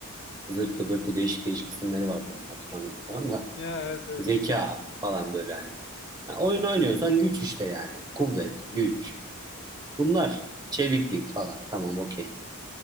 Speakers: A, on the right; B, on the left.
A: zırtı pırtı değişik değişik isimleri vardı onu hatırlamıyorum şu anda.
B: Ya evet evet.
A: Zeka falan böyle hani. Ya oyun oynuyorsan güç işte yani. Kuvvet, güç. Bunlar çeviklik falan. Tamam okey.